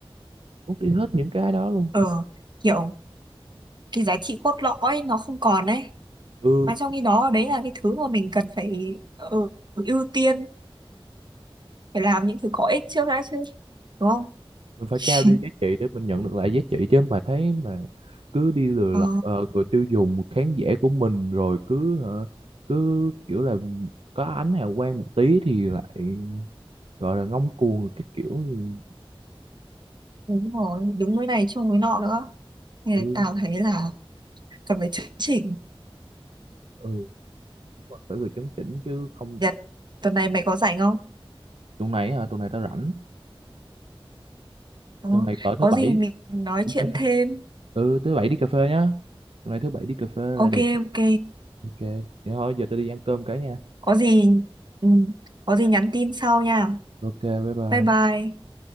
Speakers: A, on the right; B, on the right.
A: mất đi hết những cái đó luôn
B: ờ kiểu cái giá trị cốt lõi nó không còn đấy
A: ừ
B: mà trong khi đó đấy là cái thứ mà mình cần phải ờ, ưu tiên phải làm những thứ có ích trước đã chứ đúng không
A: mình phải
B: <laughs>
A: trao đi giá trị để mình nhận được lại giá trị chứ mà thấy mà cứ đi lừa
B: ờ,
A: lọc ờ, người tiêu dùng khán giả của mình rồi cứ hả, cứ kiểu là có ánh hào quang một tí thì lại gọi là ngông cuồng các kiểu thì
B: đúng rồi đứng với này chung với nọ nữa thì
A: ừ,
B: tao thấy là cần phải chấn chỉnh
A: ừ đúng rồi, phải vừa chấn chỉnh chứ không
B: Nhật tuần này mày có rảnh không
A: tuần này hả tuần này tao rảnh
B: Ờ,
A: tuần này cỡ
B: có
A: thứ bảy
B: gì mình nói
A: đi
B: chuyện
A: cà phê.
B: thêm
A: ừ thứ bảy đi cà phê nhá tuần này thứ bảy đi cà phê là
B: ok
A: đẹp
B: ok
A: ok vậy thôi giờ tao đi ăn cơm cái nha
B: có gì ừ, có gì nhắn tin sau nha
A: Ok, bye bye.
B: bye bye